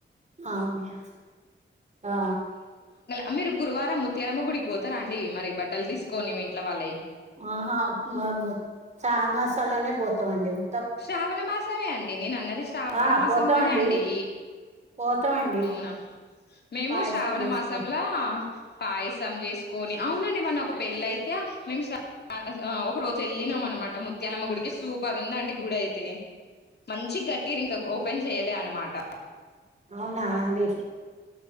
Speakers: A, on the right; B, on the left.
A: అవునా ఆ
B: అమీరు గురువారం ముత్యాలమ్మ గుడికి పోతారా అండి మరి బట్టలు దీసుకొని మీ ఇంట్లో వాళ్ళయి
A: ఆహా మేము శ్రావణ మాసంలోనే బోతావండి. ఊ
B: శ్రావణ మాసమే అండి. నేను అన్నది శ్రావణ
A: ఆ
B: మాసంలోనే
A: పోతామండి
B: అండి.
A: పోతామండి
B: అవునా మేము
A: పాయసం
B: శ్రావణ
A: చేసుకో
B: మాసంలా పాయసం జెసుకొని, అవునండి మొన్న ఒక పెళ్ళ అయితే, మేము స అ స అ ఓ. ఒక రోజు ఎల్లిన మన్నమాట, ముత్యాలమ్మ గుడికి, సూపర్ ఉందాండి గుడ అయితే. మంచి గట్టిర్, ఇంకా ఓపెన్ చెయలే అన్నమాట.
A: అవునా అండి